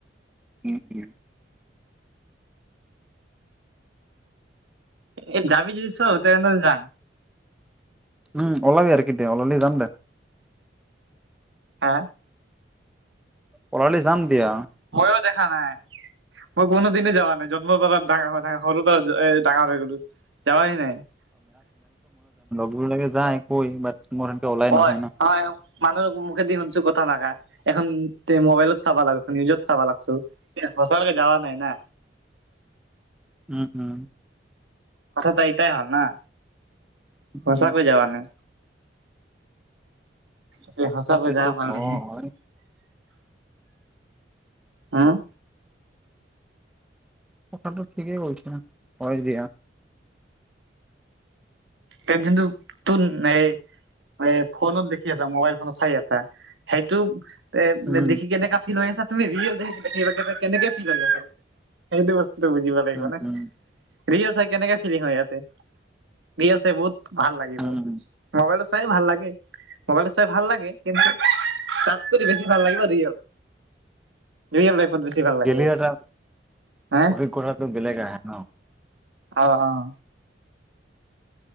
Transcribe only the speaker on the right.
এই যাবি যদি চ <unintelligible> যাম।
হা
মইও দেখা নাই। মই কোনোদিনে যাৱা নাই জন্মৰ পৰা ডাঙৰ হয়লো সৰুৰ পৰা ডাঙৰ হৈ গ'লো যাৱায় নাই।
কয়
হয় মানুহৰ মুখে দি শুনছো কথা নাকা এখন মোবাইলত চাবা লাগিছ নিউজত চাবা লাগিছো। <unintelligible> যাবা নাই না।
কথাটো এইটাই হ'ল না
সঁচাকৈ যাৱা নাই। এতিয়া
সঁচাকৈ যাব পাৰলেহে।
হম
তেক জোনটো তোৰ নে এ ফোনত দেখি আছা মোবাইল ফোনত চাই আছা সেইটো তে
দেখি কেনেকা ফিল হৈ আছে তুমি ৰিয়েল দে কেনেকে ফিল হৈ আছা সেইখিনি বচ বুজিব লাগিব
না
ৰিয়েল চাই কেনেকে ফিলিং হয় ইয়াতে। দি আছে বহুত ভাল লাগিব।
মোবাইল চাই ভাল লাগে -মোবাইল চাই ভাল লাগে কিন্তু তাত কৰি বেছি ভাল লাগিব ৰিয়েল ৰিয়েল লাইফত বেছি ভাল লাগিব
হা
অ'-অ'।